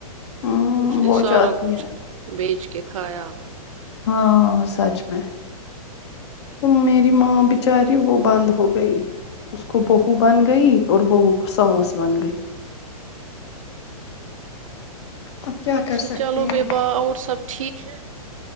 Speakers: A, on the left; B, on the right.
A: ہوں
B: اس نے
A: وہ
B: سارا
A: جاتی
B: کچھ
A: ہے
B: بیچ کے کھایا اب
A: ہاں سچ میں تو میری ماں بچاری وہ بند ہو گئی اس کو بہو بن گئی اور وہ سانس
B: ہوں
A: بن گئی اب کیا
B: اچھا
A: کر سکتے
B: چلو ب
A: ہیں
B: باہ اور سب ٹھیک ہے